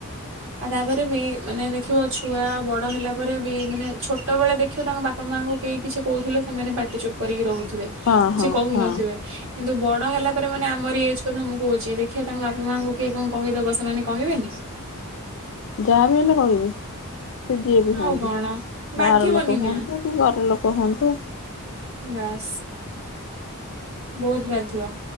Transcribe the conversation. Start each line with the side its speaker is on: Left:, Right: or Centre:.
Right: ଆଉ ତାପରେ ବି, ମାନେ ଦେଖିବ ଛୁଆ ବଡ ହେଲା ପରେ ବି ମାନେ ଛୋଟ ବେଳେ ଦେଖିବ ତାଙ୍କ ବାପା ବାପା ମାଙ୍କୁ କେହି କିଛି କହୁଥିଲେ ସେମାନେ ପାଟିଚୁପ୍ କରିକି ରହୁଥିବେ।
Left: ହଁ
Right: କିଛି
Left: ହଁ
Right: କହୁନଥିବେ।
Left: ହଁ
Right: କିନ୍ତୁ ବଡ ହେଲା ପରେ, ମାନେ ଆମରି ଏଜ୍ କଥା ମୁଁ କହୁଛି, ଦେଖିବା ତାଙ୍କ ବାପା ମାଆଙ୍କୁ କିଏ କଣ କହିଦବ ସେମାନେ କହିବେନି?
Left: ଯାହାବି ହେଲେ କହିବି। ସେ ଯିଏ ବି
Right: ଆଉ
Left: ହୁଅନ୍ତୁ।
Right: କଣ ବାଧିବନି
Left: ବାହାର ଲୋକ
Right: ନା
Left: ହୁଅନ୍ତୁ, କି ଘର ଲୋକ ହୁଅନ୍ତୁ
Right: ନାସ୍ ବୋହୁତ୍ ବାଧିବ।